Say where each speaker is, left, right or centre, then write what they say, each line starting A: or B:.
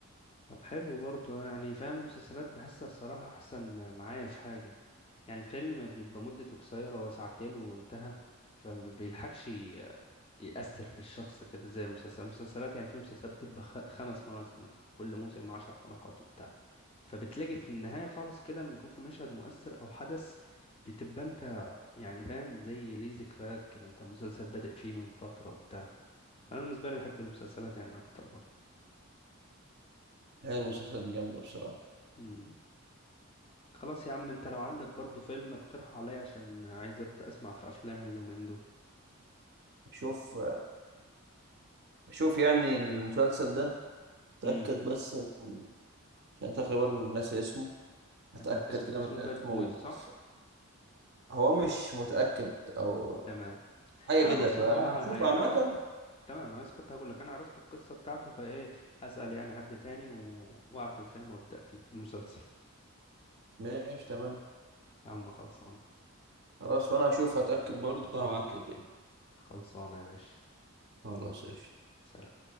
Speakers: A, on the left; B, on the right.
A: طب حلو برضو انا يعني فاهم المسلسلات بحسها الصراحه احسن معايا في حاجه يعني الفيلم بيبقى مدته قصيرة هو ساعتين وانتهى فما بيلحقش ي- يأثر في الشخص كده زي المسلسلات المسلسلات يعني في مسلسلات بتبقى خ- خمس مواسم مثلا كل موسم عشر حلقات وبتاع فبتلاقي في النهاية خالص كده لما يكون في مشهد مؤثر أو حدث بتبقى أنت يعني فاهم زي ليه ذكريات كده أنت مسلسل بادئ فيه من فترة وبتاع فأنا بالنسبة لي بحب المسلسلات يعني أكتر برضه
B: هي المسلسلات جامدة بصراحة
A: مم. خلاص يا عم أنت لو عندك برضه فيلم اقترحه عليا عشان عايز أبدأ أسمع في أفلام يعني اليومين
B: شوف شوف يعني المسلسل ده تأكد
A: دول
B: بس من- عشان تقريبا ناسي اسمه هتأكد
A: تمام اسم
B: كده
A: اسمه
B: من اسمه
A: باد بويز
B: ومن
A: صح
B: القصة هو مش متأكد أو
A: تمام
B: حاجة
A: انا
B: كده
A: بص
B: فهشوف
A: هقول لك على حاجه
B: عامة
A: انا عرفت تمام انا لسه كنت هقول لك انا عرفت القصه بتاعته فايه اسال يعني حد تاني و... واعرف الفيلم وابدا فيه المسلسل
B: ماشي تمام
A: يا عم خلصان
B: خلاص وأنا هشوف هتأكد برضه هبعتلك يعني
A: خلصانه يا باشا
B: خلاص قشطة
A: سلام